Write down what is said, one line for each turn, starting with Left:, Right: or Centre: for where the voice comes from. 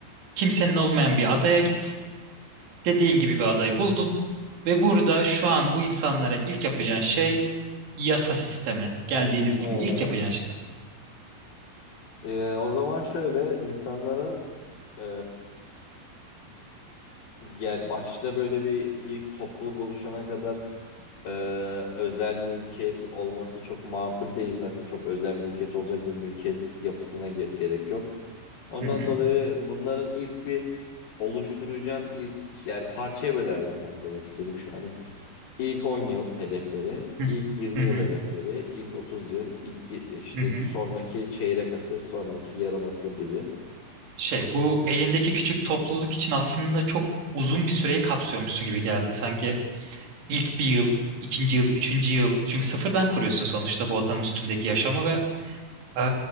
Right: Kimsenin olmayan bir adaya git. Dediğin gibi bir adayı buldun. Ve burada şu an bu insanlara ilk yapacağın şey yasa sistemi. Geldiğiniz
Left: Ha.
Right: gibi ilk yapacağın şey.
Left: Ee, o zaman şöyle insanların ee, yani başta böyle bir ilk topluluk oluşana kadar ee, özel mülkiyet olması çok makul değil zaten. Çok özel mülkiyet olacak bir mülkiyet yapısına ge- gerek yok. Ondan
Right: Hı hı.
Left: dolayı bunların ilk bir oluşturacağım ilk yani parçaya bölerdim ben demek istediğim şu. Hani İlk 10 yıl hedefleri,
Right: Hı
Left: ilk yirmi
Right: hı. hı,
Left: yıl hedefleri, ilk 30 yıl, ilk y- işte
Right: hı hı.
Left: sonraki çeyrek asır, sonraki yarım asır gibi.
Right: Şey bu elindeki küçük topluluk için aslında çok uzun bir süreyi kapsıyormuşsun gibi geldi. Sanki İlk bir yıl, ikinci yıl, üçüncü yıl. Çünkü sıfırdan kuruyorsun sonuçta bu adanın üstündeki yaşamı ve eee,